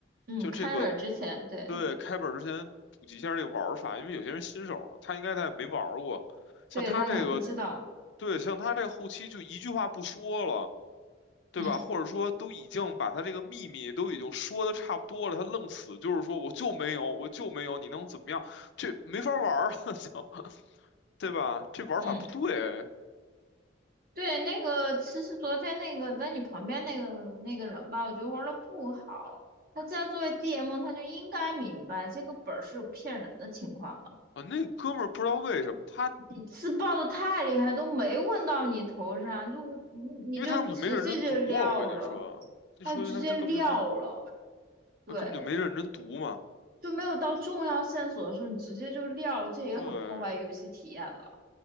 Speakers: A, on the right (about 50°); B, on the left (about 75°).
A: 嗯，
B: 就这个，
A: 开尔之前，对
B: 对，开本儿之前普及一下这个玩儿法，因为有些人新手嘛，他应该他也没玩儿过，像他这个，
A: 对，他可能不知道。
B: 对，像他这个后期就一句话不说了，对吧？
A: 嗯
B: 或者说都已经把他这个秘密都已经说的差不多了，他愣死就是说我就没有，我就没有，你能怎么样？这没法玩儿了，<laughs> 就，对吧？这玩法不对
A: 嗯。对，那个其实昨天那个在你旁边那个那个人吧，我觉得玩的不好。他既然作为 DM，他就应该明白这个本儿是有骗人的情况的。
B: 啊！那哥们儿不知道为什么他，
A: 你自爆的太厉害，都没问到你头上，就嗯你就直接就撂了，
B: 因为他根本就没认真读啊，我跟你说，你说因为他他根本就没
A: 他就直接撂了。对，
B: 他根本就没认真读嘛，
A: 就没有到重要线索的时候，你直接就撂了，这也很破坏游戏体验的。
B: 对。